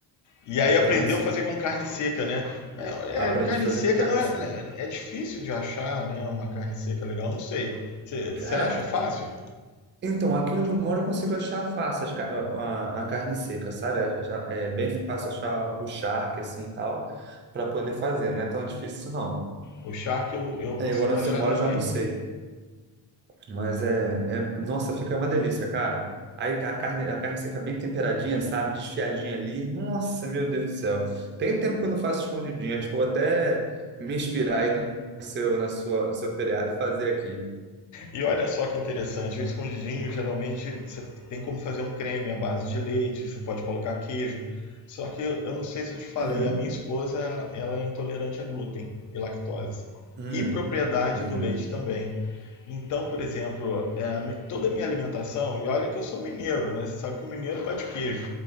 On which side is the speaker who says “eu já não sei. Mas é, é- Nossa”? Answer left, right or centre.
Right